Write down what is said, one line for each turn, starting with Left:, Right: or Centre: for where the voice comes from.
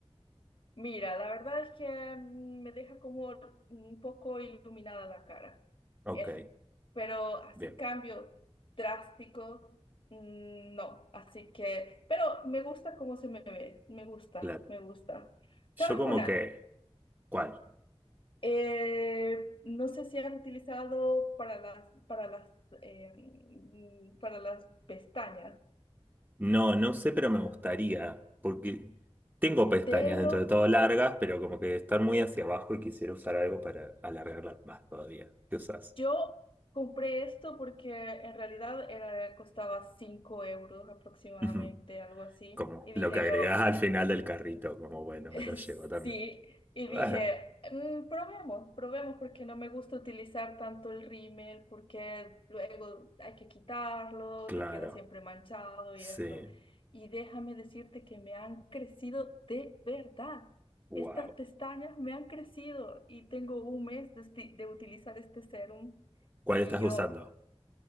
Left: Mira, la verdad es que mm, me deja como un poco iluminada la cara,
Right: Ok,
Left: eso. Pero así
Right: bien,
Left: cambio drástico, mm, no. Así que, pero me gusta cómo se me ve, me gusta,
Right: claro.
Left: me gusta.
Right: Yo
Left: ¿Sabes
Right: como
Left: una?
Right: que, ¿cuál?
Left: Eh, no sé si han utilizado para las, para las, eh, mm, para las pestañas,
Right: No, no sé, pero me gustaría, porque tengo pestañas
Left: telo
Right: dentro de todo largas, pero como que están muy hacia abajo y quisiera usar algo para alargarlas más todavía. ¿Qué usas?
Left: Yo compré esto porque en realidad era, costaba 5 euros aproximadamente,
Right: Ujú.
Left: algo así.
Right: Como
Left: Y dije
Right: lo que agregás
Left: yo,
Right: al final del carrito, como bueno,
Left: <laughs>
Right: me lo llevo también.
Left: sí.
Right: <laughs>
Left: Y
Right: Ah,
Left: dije, "Mm, probemos, probemos porque no me gusta utilizar tanto el rímel porque luego hay que quitarlo,
Right: Claro,
Left: te queda siempre manchado
Right: sí.
Left: y esto. Y déjame decirte que me han crecido de verdad.
Right: Wow.
Left: Estas pestañas me han crecido y tengo un mes de, usti- de utilizar este serum
Right: ¿Cuál
Left: y
Right: estás
Left: yo...
Right: usando?